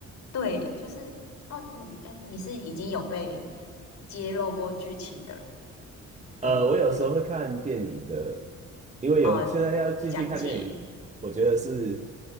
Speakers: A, on the left; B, on the right.
A: 对，就是哦，你哎你是已经有被揭露过剧情的
B: 呃，
A: 的的人吗？
B: 我有时候会看电影的，因为有现在要进去看电影，
A: 哦，讲解
B: 我觉得是